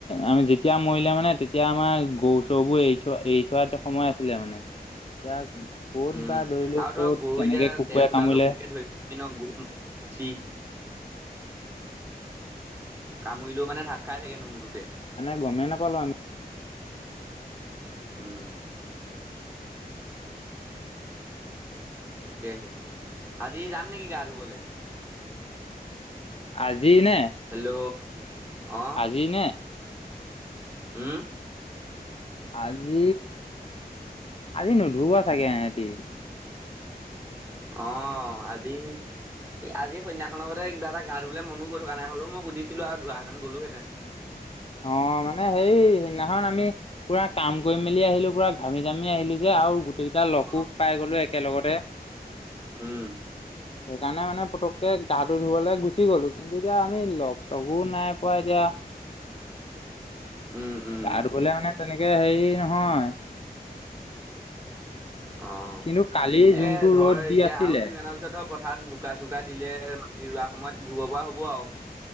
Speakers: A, on the left (about 35°); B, on the right (about 15°).
A: আমি যেতিয়া মৰিলে মানে তেতিয়া আমাৰ গৰু চৰুবোৰ এৰি থই, এৰি থ পোৱা এতিয়া সময় আছিলে মানে। এতিয়া ক'ত
B: উম
A: বা ধৰিলো
B: আৰু
A: ক'ত
B: ধৰ গৰু
A: কেনেকে
B: এতিয়া
A: কুকুৰে
B: তেজ উলোৱাটোক
A: কামুৰিলে
B: ধৰি ন গৰু চি কামুৰিলেও মানে ঢাক খাই থাকে নোমটোতে।
A: মানে গমেই নাপালো আমি।
B: উম তাকেহে আজি যাম নেকি গা ধুবলে।
A: আজি নে
B: হেল্ল' অ
A: আজি নে
B: উম!
A: আজি আজি নুধুব চাগে সহতি।
B: অ আজি আজি সনহসখননৰগতে কিবা এটা গা ধুবে মনো গৈ থকা নাই হলো মই সুধিছিলো আৰু ধঁৱাহেঁতেন গলোহেঁতেন।
A: অ মানে হেই সিদিনাখন আমি পুৰা কাম কৰি মেলি আহিলো পুৰা ঘামি তামি আহিলো যে আৰু গকেইটা লকো
B: অ
A: পাই গলো একেলগতে
B: উম
A: সেইকাৰণে মানে পটককে গা ধু ধুবলৈ গুচি গলো কিন্তু এতিয়া আমি লগ চবু নাই পোৱা এতিয়া।
B: উম উম
A: গা ধ গলে মানে তেনেকে হেৰি নহয়।
B: অ এ
A: কিন্তু কালি যোনটো
B: ধৰ
A: ৰ'দ
B: এতিয়া
A: দি আছিলে
B: আৰু দুদিনমানৰ পিছত ধৰ পথাৰত বোকা চোকা দিলে মাটি ৰোৱা সময়ত ধুব পৰা হ'ব আৰু।